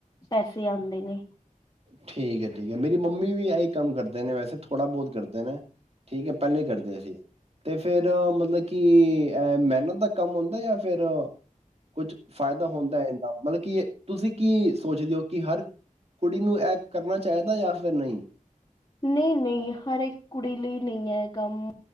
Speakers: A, on the left (about 30°); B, on the right (about 45°).
A: ਪੈਸੇ ਆਉਂਦੇ ਨੇ।
B: ਠੀਕ ਹੈ -ਠੀਕ ਹੈ ਮੇਰੀ ਮੰਮੀ ਵੀ ਆਹੀ ਕੰਮ ਕਰਦੇ ਨੇ ਵੈਸੇ ਥੋੜਾ ਬਹੁਤ ਕਰਦੇ ਨੇ। ਠੀਕ ਹੈ ਪਹਿਲੇ ਹੀ ਕਰਦੇ ਸੀਂ। ਤੇ ਫੇਰ ਮਤਲਬ ਕਿ ਮਿਹਨਤ ਦਾ ਕੰਮ ਹੁੰਦਾ ਜਾਂ ਫਿਰ ਕੁਛ ਫਾਇਦਾ ਹੁੰਦਾ ਹੈ ਇਦਾ। ਮਤਲਬ ਕੀ ਤੁਸੀਂ ਕੀ ਸੋਚਦੇ ਹੋ ਕਿ ਹਰ ਕੁੜੀ ਨੂੰ ਇਹ ਕਰਨਾ ਚਾਹੀਦਾ ਜਾਂ ਫਿਰ ਨਹੀਂ।
A: ਨਹੀਂ -ਨਹੀਂ ਹਰ ਇੱਕ ਕੁੜੀ ਲਈ ਨਹੀਂ ਹੈ ਇਹ ਕੰਮ